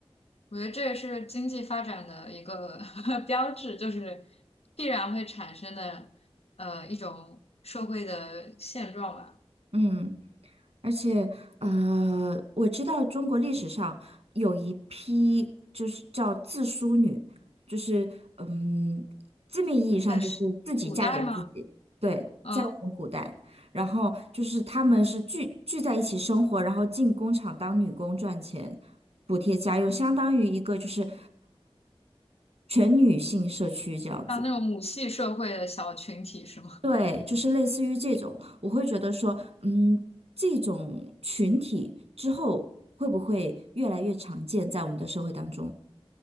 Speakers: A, on the left; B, on the right.
A: 我觉得这也是经济发展的一个 <laughs> 标志，就是必然会产生的呃一种社会的现状吧。
B: 嗯。而且，呃，我知道中国历史上有一批就是叫自梳女，就是嗯，字面意义上就是自己嫁给自己，
A: 在是古代吗？
B: 对，
A: 嗯，
B: 在我们古代，然后就是她们是聚聚在一起生活，然后进工厂当女工赚钱，补贴家用，相当于一个就是全女性社区这样子。
A: 像那种母系社会的小群体是吗？
B: 对，就是类似于这种，我会觉得说，嗯，这种群体之后会不会越来越常见在我们的社会当中？